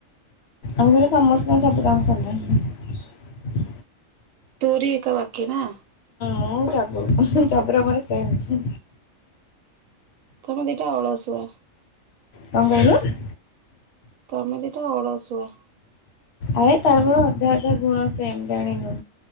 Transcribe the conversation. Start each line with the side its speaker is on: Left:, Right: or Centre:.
Left: ଆମ ଘରେ ସମସ୍ତଙ୍କର ସବୁ କାମ ସରିଲାଣି।
Right: ତୋରି ଏକା ବାକୀ ନା?
Left: ମୁଁ ଜଗୁ ଜଗୁର ମୋର ହ ହୁଁ।
Right: ତମେ ଦିଇଟା ଅଳସୁଆ।
Left: କଣ କହିଲୁ?
Right: ତମେ ଦିଟା ଅଳସୁଆ।
Left: ଆରେ ତାର ମୋର ଅଧା ଅଧା ଗୁଣ ସେମ୍ ଜାଣିନୁ